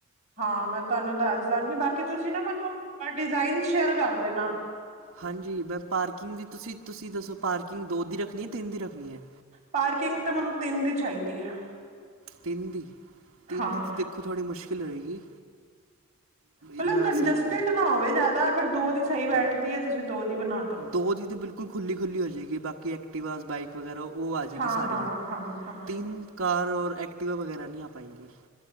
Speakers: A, on the right; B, on the right.
A: ਹਾਂ ਮੈਂ ਤੁਹਾਨੂੰ ਦੱਸ ਦਾਂਗੀ ਬਾਕੀ ਤੁਸੀਂ ਨਾ ਮੈਨੂੰ ਹੋਰ ਡਿਜ਼ਾਇਨ ਸ਼ੇਅਰ ਕਰ ਦੇਨਾ।
B: ਹਾਂਜੀ ਮੈਂ ਪਾਰਕਿੰਗ ਦੀ ਤੁਸੀਂ ਤੁਸੀਂ ਦੱਸੋ ਪਾਰਕਿੰਗ ਦੋ ਦੀ ਰੱਖਣੀ, ਤਿੰਨ ਦੀ ਰੱਖਣੀ ਹੈ।
A: ਪਾਰਕਿੰਗ ਤਾਂ ਮੈਨੂੰ ਤਿੰਨ ਦੀ ਚਾਹੀਦੀ ਹੈ।
B: ਤਿੰਨ ਦੀ ਤਿੰਨ
A: ਹਾਂ,
B: ਦੀ ਤਾਂ ਦੇਖੋ ਥੋੜ੍ਹੀ ਮੁਸ਼ਕਿਲ ਹੋਏਗੀ
A: ਮਤਲਬ
B: ਇੰਨਾ
A: ਕੰਜਸਟਿਡ
B: ਸਹੀ ਨਹੀਂ ਬੈਠ
A: ਨਾ ਹੋਵੇ ਜਿਆਦਾ ਅਗਰ ਦੋ ਦੀ ਸਹੀ ਬੈਠਦੀ
B: ਹਾਂ
A: ਹੈ। ਤੁਸੀਂ ਦੋ ਦੀ ਬਣਾ ਦਓ।
B: ਦੋ ਦੀ ਤਾਂ ਬਿਲਕੁਲ ਖੁੱਲੀ ਖੁੱਲ੍ਹ ਹੋ ਜਾਏਗੀ। ਬਾਕੀ ਐਕ ਐਕਟੀਵਾ ਬਾਈਕ ਵਗੈਰਾ ਉਹ ਆ ਜਾਏਗੀ
A: ਹਾਂ,
B: ਸਾਰੀਆਂ
A: ਹਾਂ, ਹਾਂ, ਹਾਂ,
B: ਤਿੰਨ ਕਾਰ ਔਰ ਐਕਟੀਵਾ। ਐਕਟੀਵਾ ਵਗੈਰਾ ਨਹੀਂ ਆ ਪਾਂਏਗੀ।